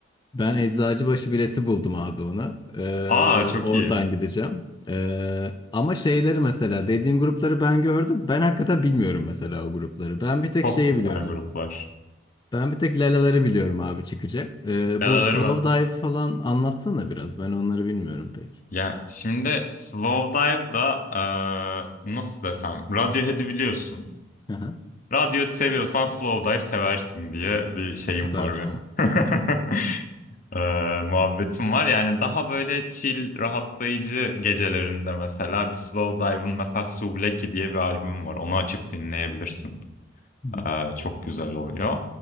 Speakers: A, on the left; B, on the left.
A: Ben Eczacıbaşı bileti buldum abi ona. Ee,
B: Aa çok
A: oradan
B: iyi. <laughs>
A: gideceğim. Ee, ama şeyleri mesela dediğin grupları ben gördüm. Ben hakikaten bilmiyorum mesela o grupları. Ben bir tek
B: Çok
A: şeyi
B: güzel
A: biliyorum.
B: gruplar.
A: Ben bir tek Lalaları biliyorum abi çıkacak. Ee,
B: Yaraları
A: bu Slow
B: ben.
A: Dive'ı falan anlatsana biraz. Ben onları bilmiyorum pek.
B: Ya şimdi Slow Dive'da eee, nasıl desem Radiohead'i biliyorsun.
A: Aha.
B: Radiohead seviyorsan Slow Dive seversin diye bir şeyim
A: Ha, Süper
B: var
A: o
B: benim.
A: zaman.
B: <laughs> Eee, muhabbetim var. Yani daha böyle chill, rahatlayıcı gecelerinde mesela bir Slow Dive'ın mesela Souvlaki diye bir albüm var. Onu açıp dinleyebilirsin.
A: Hı
B: Ee, çok güzel oluyor.